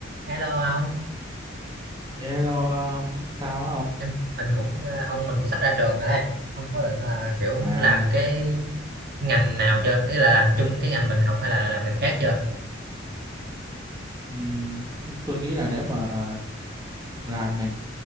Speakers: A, on the right; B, on the right.
A: Hello ông,
B: Hello ông, sao hả ông?
A: em mình cũng ờ, ông mình cũng sắp ra trường rồi đây. Ông có định là kiểu
B: À,
A: làm cái ngành nào chưa? Ý là làm chung cái ngành mình học hay là làm ngành khác chưa?
B: ừm, tôi nghĩ là nếu mà làm ngành,